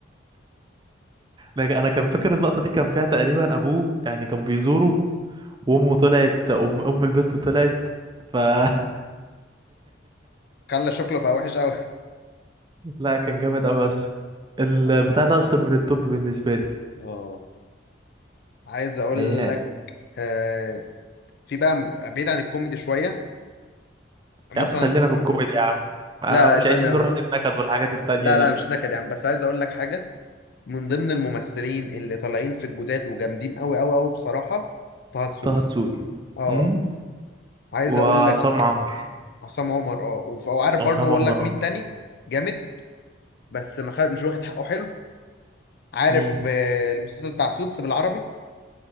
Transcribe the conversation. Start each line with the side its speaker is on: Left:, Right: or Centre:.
Right: انا أنا كان فاكر اللقطه دي كان فيها تقريبا ابوه يعني كان بيزوره وامه طلعت ام ام البت طلعت ف <laughs>
Left: خلى شكله بقى وحش قوي <laughs>
Right: لا كان جامد قوي بس البتاع
Left: اه
Right: ده اصلا من التوب بالنسبه لي
Left: اه عايز اقول
Right: اياه
Left: لك آه في بقى م- بعيد عن الكوميدي شويه مثلا
Right: يا عم خلينا في الكوميدي يا عم آه،
Left: لا لا
Right: مش
Left: استنى
Right: عايزين نروح
Left: بس
Right: للنكد والحاجات التانية
Left: لا
Right: دي
Left: لا مش نكد يعني بس عايز اقول لك حاجه من ضمن الممثلين اللي طالعين في الجداد وجامدين قوي قوي قوي بصراحه طه دسوقي
Right: طه دسوقي
Left: اه
Right: امم
Left: عايز
Right: وعصام
Left: اقول لك
Right: عمرو
Left: عصام عمر اه وف- وعارف
Right: عصام
Left: برضو اقول
Right: عمر
Left: لك مين
Right: اه
Left: تاني جامد بس ما خد مش واخد حقه حلو عارف
Right: مين
Left: آه، المسلسل بتاع سوتس بالعربي